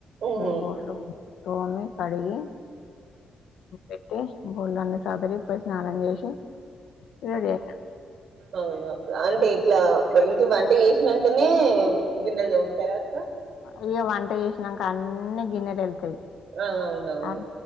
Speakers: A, on the right; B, on the left.
A: ఓహో
B: ఇగ బోర్లు తోమి కడిగి పెట్టి బోల్డాన్ని సాదరి పె స్నానం చేసి రెడీ అయిన
A: అవునా అంటే ఇట్లా ఏంటి వంట చేసినాకనే గిన్నెలు తోమ్ముతారా అక్క
B: అయ్యో వంట చేసినాక అన్ని గిన్నెలు ఎల్తాయి
A: ఆ అవునవును
B: అ